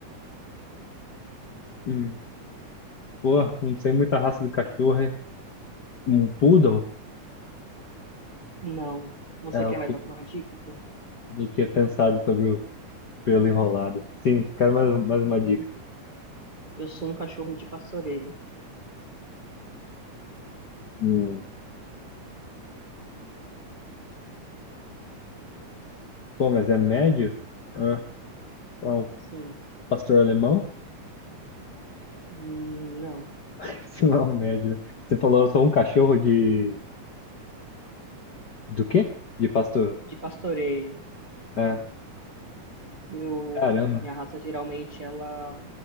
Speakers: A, on the left (about 60°); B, on the right (about 40°).
A: Hum, pô, não sei muita raça de cachorro, hein? Um poodle?
B: não. Você
A: É,
B: quer
A: o poodle
B: mais alguma dica?
A: eu tinha pensado sobre o Pelo enrolado. Sim, quero mais, um, mais uma dica.
B: Eu sou um cachorro de pastoreio.
A: Hum, pô, mas é médio? Ah, ó, um
B: Sim,
A: pastor alemão?
B: Hum, não,
A: <laughs> Isso não é um médio. né? Você falou, eu sou um cachorro de... Do quê? De pastor.
B: de pastoreio.
A: Ah,
B: Eu,
A: caramba.
B: minha raça geralmente ela,